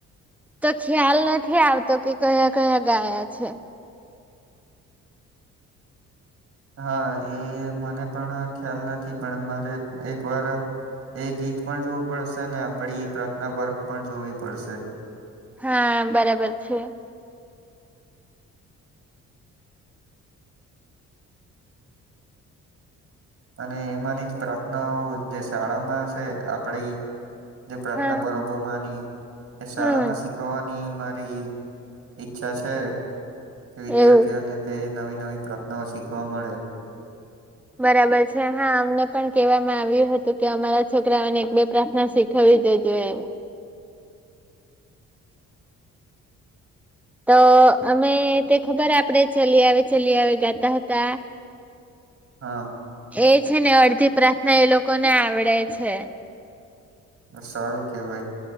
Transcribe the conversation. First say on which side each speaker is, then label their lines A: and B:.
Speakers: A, in the centre; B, on the right.
A: તો ખ્યાલ નથી આવતો કે કયા કયા ગાયા છે.
B: હા એ મને પણ અ ખ્યાલ નથી પણ મારે એક વાર એ ગીત પણ જોવું પડશે ને આપડી પ્રાર્થના પરખ પણ જોવી પડશે
A: હા બરાબર છે.
B: અને એમાની જ પ્રાર્થનાઓ જે શાળામાં સે આપડી જે પ્રાર્થના
A: હા
B: પરબો માની એ શાળા
A: હમ
B: માં શી થવાની ની મારી ઈચ્છા છે. તે વિદ્યાર્થીઓને
A: એવું.
B: તે નવી નવી પ્રાર્થનાઓ શીખવા મળે.
A: બરાબર છે હા અમને પણ કેવામાં આવ્યું હતું કે અમારા છોકરાઓને એક બે પ્રાર્થના શીખ થવી જેજો એમ તો અમે તે ખબર આપડે ચલી આવે ચલી આવે ગાતા હતા
B: હા.
A: એ છે ને અડધી પ્રાર્થના એ લોકો ને આવડે છે.
B: સારું કેવાય